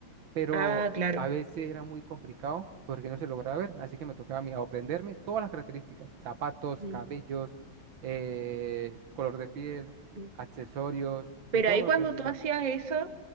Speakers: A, on the right (about 80°); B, on the right (about 30°).
A: Pero
B: Ah, claro.
A: a veces era muy complicado porque no se lograba ver, así que me tocaba a mí aprenderme todas las características, zapatos,
B: Mm,
A: cabellos, eh, color de piel,
B: mm.
A: accesorios,
B: Pero
A: de todo
B: ahí
A: me lo
B: cuando
A: aprendí
B: tú
A: yo.
B: hacías eso,